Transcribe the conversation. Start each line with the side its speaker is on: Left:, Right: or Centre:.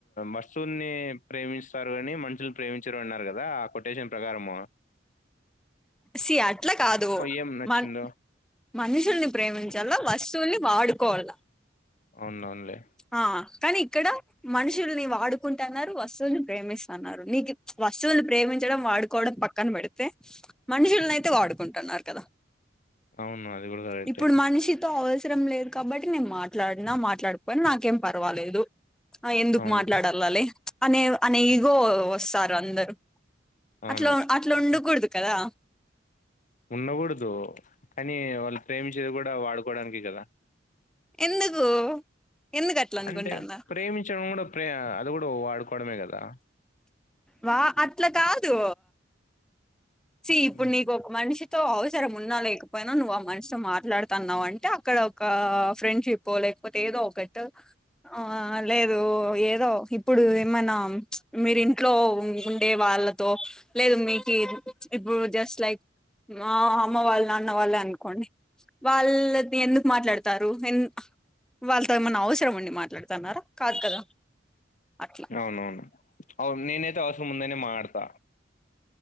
Left: వస్తుల్ని ప్రేమిస్తారు కాని మనుషులు ప్రేమించారు అన్నారు కదా ఆ కొటేషన్ ప్రకారంము
Centre: సి అట్లా కాదు
Left: ఏం నచ్చిందో
Centre: మన్ మనుషుల్ని ప్రేమించేలా ఫష్ తోని వాడుకోవాళ్ళ
Left: అవున్ అవున్లే
Centre: ఆ కాని ఇక్కడ మనుషుల్ని వాడు కుంటన్నారు వస్తువుల్ని ప్రేమిస్తున్నారు నీకిద్ వస్తువుల్ని ప్రేమించడం వాడుకోవడం పక్కన పెడితే మనుషుల్నయితే వాడుకుంటున్నారు కదా
Left: అవును అది కూడా కరెక్టే
Centre: ఇప్పుడు మనిషితో అవసరం లేదు కాబట్ ట్టి నేను మాట్లాడినా మాట్లాడుపోయిన నాకేం పర్వాలేదు ఆ ఎందుకు
Left: అవును
Centre: మాట్లాడల్లాలి అనే అనే ఇగో వస్తా అందరు
Left: అవును
Centre: అట్లా అట్లుండకూడదు కదా
Left: ఉండకూడదు కానీ వాళ్ళు ప్రేమించేది కూడా వాడుకోడానికె కదా
Centre: ఎందుకు ఎందుకు అట్లా అనుకుంటాన్నారు
Left: అంటే ప్రేమించడం కూడా ప్రే అది కూడా వాడుకోవడమే కదా
Centre: వా అట్లా కాదు సి ఇప్పుడు
Left: ఉమ్.
Centre: నీకు ఒక మనిషితో అవసరం ఉన్నా లేకపోయినా నువ్వు ఆ మన్ స్ మాట్లాడుతున్నావంటే అక్కడ ఒక ఫ్రెండ్షిప్పో లేకపోతే ఏదో ఒక్కట్ ఆ లేదు ఏదో ఇప్పుడు ఏమన్నా మీరింట్లో ఉండే వా ళ్లతో లేదు మీకి ఇప్పుడు జస్ట్ లైక్ మా అమ్మ వాళ్ళు నాన్న వాళ్లేనుకోండి వాళ్ళద్ ఎందుకు మాట్లాడతారు ఎన్ వాళ్ళతో ఏమన్నా అవసరం ఉండి మాట్లాడుతున్నారా కాదు కదా అట్లా
Left: అవునవును అవును నేనైతే అవసరం ఉందనే మటడ్త